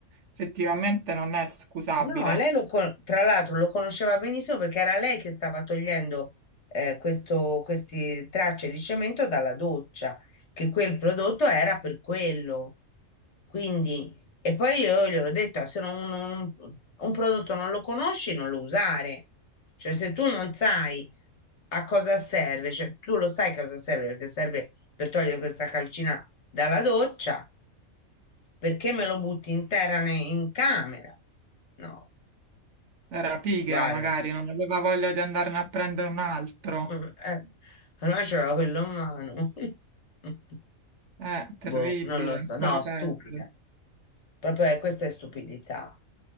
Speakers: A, on the right; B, on the left.
A: effettivamente non è scusabile.
B: No, lei lo con- tra l'altro lo conosceva benissimo perché era lei che stava togliendo eh, questo, queste tracce di cemento dalla doccia, che quel prodotto era per quello. Quindi, e poi io gliel'ho detto, "Ah, se non- un, un prodotto non lo conosci, non lo usare. Cioè, se tu non sai a cosa serve, cioè tu lo sai a cosa serve, perché serve per togliere questa calcina dalla doccia, perché me lo butti in terra ne- in camera? No
A: Era pigra,
B: guarda,
A: magari, non aveva voglia di andarne a prendere un altro.
B: <laughs> eh, allora c'era quello in mano. <laughs>
A: Eh, terribile,
B: Boh, non lo
A: ancora
B: so, no, stupida.
A: peggio.
B: Proprio eh, questa è stupidità.